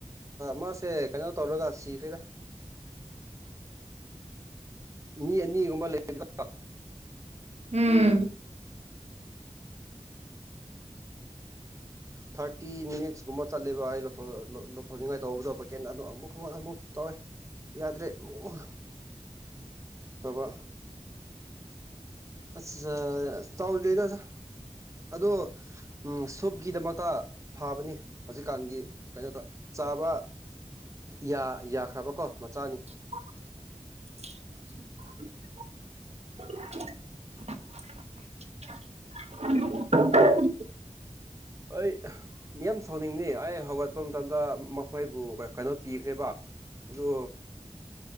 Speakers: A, on the right (about 25°); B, on the right (about 60°).
A: ꯃꯥꯁꯦ ꯀꯩꯅꯣ ꯇꯧꯔꯒ ꯁꯤꯈ꯭ꯔꯦꯗ ꯃꯤ ꯑꯅꯤꯒꯨꯝꯕ ꯂꯩ <unintelligible>
B: ꯎꯝ
A: ꯊꯥꯔꯇꯤ ꯃꯤꯅꯤꯠꯁꯀꯨꯝꯕ ꯆꯠꯂꯦꯕ ꯑꯩ ꯂꯧꯊꯣꯛ ꯂꯧꯊꯣꯛꯅꯤꯡꯉꯥꯏ ꯇꯧꯕꯗꯣ ꯀꯦꯟꯗꯣ ꯑꯃꯨꯛ ꯑꯃꯨꯛ ꯇꯧꯋꯦ ꯌꯥꯗ꯭ꯔꯦ ꯑꯃꯨꯛ ꯑꯃꯨꯛ ꯇꯧꯕ ꯑꯁ ꯑ ꯆꯥꯎꯗ꯭ꯔꯤꯗ ꯑꯗꯨ ꯎꯝ ꯁꯨꯞꯀꯤꯗꯃꯛꯇ ꯐꯕꯅꯤ ꯍꯧꯖꯤꯛꯀꯥꯟꯒꯤ ꯀꯩꯅꯣꯗ ꯆꯥꯕ ꯌꯥ ꯌꯥꯈ꯭ꯔꯕꯀꯣ ꯃꯆꯥꯅꯤ
B: <inaudible> <inaudible>
A: ꯑꯩ <unintelligible> ꯌꯥꯝ ꯁꯥꯎꯅꯤꯡꯕꯅꯤ ꯑꯩ ꯍꯧꯒꯠꯄ ꯃꯇꯝꯗ ꯃꯈꯣꯏꯕꯨ ꯀꯩꯅꯣ ꯄꯤꯈ꯭ꯔꯦꯕ ꯑꯗꯨ